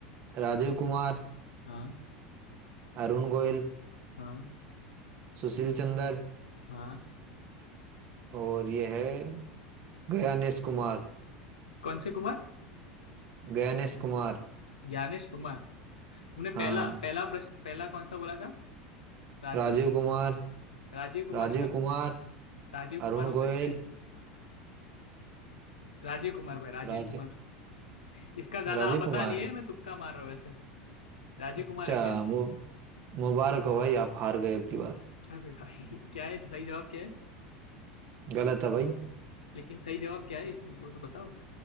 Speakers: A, on the right (about 45°); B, on the left (about 75°).
A: राजीव कुमार
B: हाँ
A: अरुण गोयल
B: हाँ
A: सुशील चंद्र
B: हाँ
A: और ये है गयानेश कुमार
B: कौन से कुमार
A: गयानेश कुमार
B: ज्ञानेश कुमार तुमने
A: हाँ
B: पहला पहला प्रश्न पहला कौन सा बोला था राजेश
A: राजीव कुमार
B: राजीव कुमार
A: राजीव
B: कर
A: कुमार
B: राजीव कुमार
A: अरुण
B: हो सकते
A: गोयल
B: हैं राजीव कुमार भाई राजीव
A: राज
B: कुमार इसका ज्यादा
A: राजीव
B: पता
A: कुमार
B: नहीं है मैं तुक्का मार रहा हूँ वैसे राजीव
A: अच्छा
B: कुमार है क्या
A: मु, मुबारक हो भाई आप हार गए अब की बार
B: अबे भाई <laughs> क्या है सही जवाब क्या है
A: गलत है भाई
B: लेकिन सही जवाब क्या है इसमें वो तो बताओ